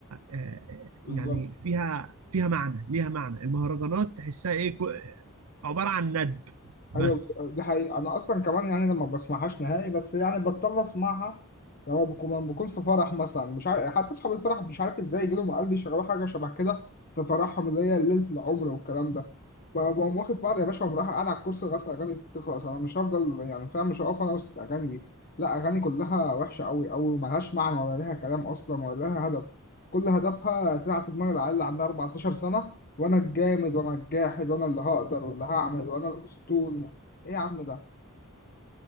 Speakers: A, on the right; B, on the left.
A: آه،
B: بالظبط
A: يعني فيها فيها معنى ليها معنى المهرجانات تحسها ايه كو- عباره عن ند بس
B: ايوه دي حقيقة انا اصلا كمان يعني لما بسمعهاش نهائي بس يعني بضطر اسمعها لما بكون لما بكون في فرح مثلا مش عارف حتى اصحاب الفرح مش عارف ازاي يجيلهم قلبي يشغلوا حاجة شبه كده في فرحهم اللي هي ليلة العمر والكلام ده بقوم واخد بعض يا باشا ومروح قاعد على الكرسي لغاية الاغاني دي تخلص انا مش هفضل يعني فاهم مش هقف انا وسط الاغاني دي لا اغاني كلها وحشة قوي او ملهاش معنى ولا ليها كلام اصلا ولا ليها هدف كل هدفها تلعب في دماغ العيال اللي عندها 14 سنة وانا الجامد وانا الجاحد وانا اللي هقدر واللي هعمل وانا الاسطول ايه يا عم ده